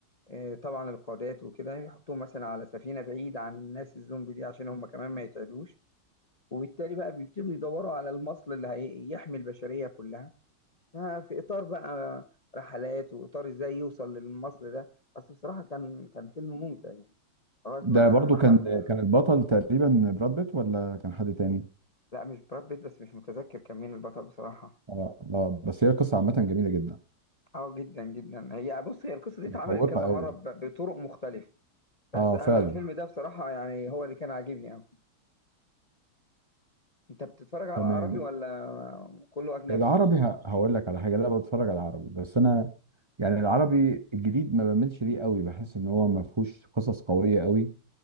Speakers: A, on the left; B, on the right.
A: آه، طبعا القادات وكده يحطوهم مثلا على سفينة بعيدة عن الناس الزومبي دي عشان هم كمان ما يتعدوش وبالتالي بقى بيبتدوا يدوروا على المصل اللي هيحمي البشرية كلها ففي إطار بقى رحلات وإطار إزاي يوصل للمصل ده بس بصراحة كان كان فيلم ممتع يعني لغاية
B: ده
A: ما
B: برضو
A: محله
B: كان كان البطل تقريبا براد بيت ولا كان حد تاني؟
A: لا مش براد بيت بس مش متذكر كان مين البطل بصراحة
B: اه اه بس هي قصة عامة جميلة جدا
A: اه جدا جدا هي بص هي القصة دي
B: مشوقة
A: اتعملت كذا
B: قوي
A: مرة ب- بطرق مختلفة بس
B: اه
A: أنا
B: فعلا
A: الفيلم ده بصراحة يعني هو اللي كان عاجبني أوي انت بتتفرج على
B: تمام
A: عربي ولا كله اجنبي
B: العربي ه- هقول لك على حاجة لا بتفرج على العربي بس انا يعني العربي الجديد ما بميلش ليه قوي بحس ان هو ما فيهوش قصص قوية قوي